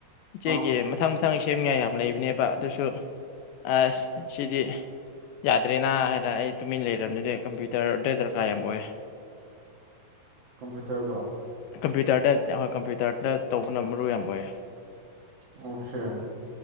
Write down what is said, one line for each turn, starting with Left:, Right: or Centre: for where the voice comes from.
Left: ꯏꯆꯦꯒꯤ
Right: ꯑꯥ
Left: ꯃꯊꯪ ꯃꯊꯪ ꯁꯦꯝꯅꯤꯡꯉꯥꯏ ꯌꯥꯝ ꯂꯩꯕꯅꯦꯕ ꯑꯗꯨꯁꯨ ꯑꯁ ꯁꯤꯗꯤ ꯌꯥꯗ꯭ꯔꯦꯅ ꯍꯥꯏꯅ ꯑꯩ ꯇꯨꯃꯤꯟ ꯂꯩꯔꯕꯅꯤ ꯑꯗꯨ ꯀꯝꯄ꯭ꯌꯨꯇꯔꯗꯤ ꯗꯔꯀꯥꯔ ꯌꯥꯝ ꯑꯣꯏ
Right: ꯀꯝꯄ꯭ꯌꯨꯇꯔꯒ
Left: ꯀꯝꯄ꯭ꯌꯨꯇꯔꯗ ꯀꯝꯄ꯭ꯌꯨꯇꯔꯗ ꯇꯧꯕꯅ ꯃꯔꯨ ꯌꯥꯝ ꯑꯣꯏ
Right: ꯑꯣꯀꯦ